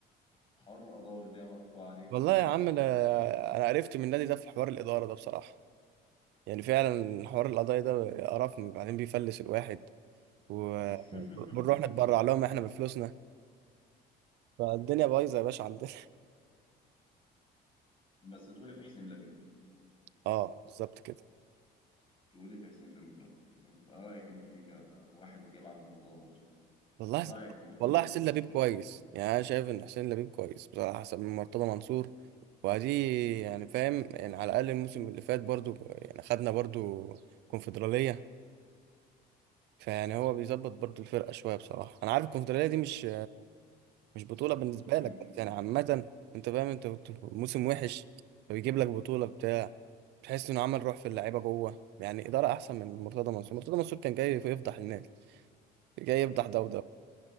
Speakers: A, on the left; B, on the right.
A: حوار القضاوي اللي هي مرفوعة عليكم
B: والله
A: دي يا باشا
B: يا عم انا أنا عرفت من النادي ده في حوار الاداره ده بصراحه يعني فعلا حوار القضايا ده قرفني بعدين بيفلس الواحد و-
A: <laughs>
B: وبنروح نتبرع لهم احنا بفلوسنا فالدنيا بايظه يا باشا عندنا
A: بس تقولي في حسين لبيب
B: <laughs> اه بالظبط كده
A: تقولي في حسين لبيب بقى انت- ايه رأيك انت فيك واحد جه بعد مرتضى منصور
B: والله
A: ورأيك
B: حس...
A: في مرتضى
B: والله
A: منصور
B: حسين
A: اصلا
B: لبيب كويس يعني انا شايف ان حسين لبيب كويس بصراحه حسب من مرتضى منصور وادي يعني فاهم يعني على الاقل الموسم اللي فات برضو يعني خدنا برضو كونفدراليه فيعني هو بيظبط برضو الفرقه شويه بصراحه انا عارف الكونفدراليه دي مش مش بطولة بالنسبة
A: <clears throat> <laughs> مش
B: لك بس يعني عامة انت فاهم انت كنت في موسم وحش فبيجيب لك بطولة بتاع تحس انه عمل روح في اللعيبة جوه يعني إدارة أحسن من مرتضى منصور مرتضى منصور كان جاي يفضح الناس جاي يفضح ده وده